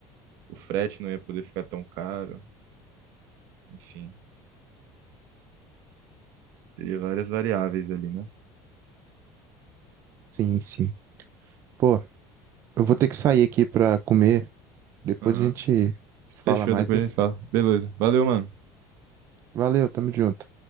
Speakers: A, on the right; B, on the right.
A: o frete não ia poder ficar tão caro, enfim, teria várias variáveis ali, né?
B: sim, sim. Pô, eu vou ter que sair aqui pra comer, depois
A: Aham.
B: a gente se
A: Fechou,
B: fala mais.
A: depois
B: viu?
A: a gente fala. Beleza, valeu, mano.
B: Valeu, tamo junto.